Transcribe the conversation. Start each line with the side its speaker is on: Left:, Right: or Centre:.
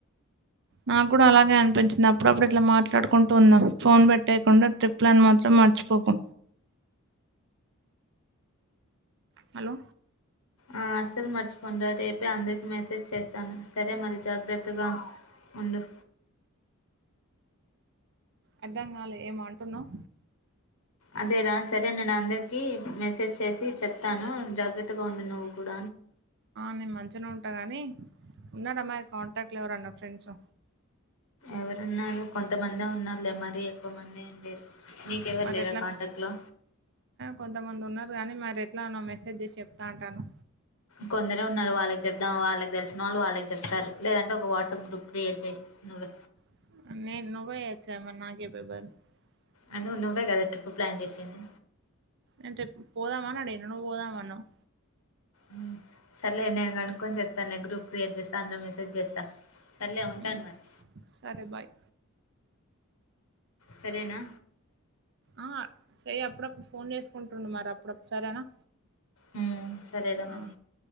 Right: నాకు కూడ అలాగే అనిపించింది అప్పుడప్పుడు ఇట్ల మాట్లాడుకుంటూ ఉందం ఫోన్ పెట్టేయకుండా ట్రిప్ ప్లాన్ మాత్రం మర్చిపోకు హలో
Left: ఆ అస్సలు మర్చిపోంండ రేపే అందరికి మెసేజ్ చేస్తాను సరే మరి జాగ్రత్తగా వుండు
Right: అర్థం కాల ఏమో అంటున్నావు
Left: అదేర సరే నేను అందరికి మెసేజ్ చేసి చెప్తాను జాగ్రత్తగా ఉండు నువ్వు కూడ
Right: నేను మంచినే ఉంటాను కానీ ఉన్నార అమ్మాయి కాంటాక్ట్లు ఎవరాన్న ఫ్రెండ్స్
Left: ఎవరు ఉన్నారు కొంతమంది ఉన్నారు లే మరి ఎక్కువ మంది ఎం లేరు నీకెవరు
Right: మరి
Left: లేరా
Right: ఎట్ల
Left: కాంటాక్ట్ లో
Right: కొంతమంది ఉన్నారు కానీ మరి ఎట్లానో మెసేజ్ చేసి చెప్త అంటాను
Left: కొందరే ఉన్నారు వాళ్ళకి చెప్ద్దాం వాళ్ళకి తెలిసిన వాళ్ళు వాళ్ళకి చెప్తారు లేదంటే ఒక వాట్సాప్ గ్రూప్ క్రియేట్ చేయ్ నువ్వు
Right: <unintelligible>
Left: అంటే నువ్వే కదా ట్రిప్ ప్లాన్ చేసింది
Right: అంటే పోదామ అని అడిగిన నువ్వు పొదమన్నావ్
Left: మ్మ్ సరే లే నేను కనుక్కొని చెప్తానులే గ్రూప్ క్రియేట్ చేస్తే అందులో మీ చేస్తా సరేలే ఉంటాను
Right: ఉమ్.
Left: మరి
Right: సరే బాయ్
Left: సరేనా
Right: ఆ చెయ్ అప్పుడప్పుడు ఫోన్ చేసుకుంటుండు మరి అప్పుడు సరేనా
Left: మ్మ్ సరే రా మరి
Right: ఆ,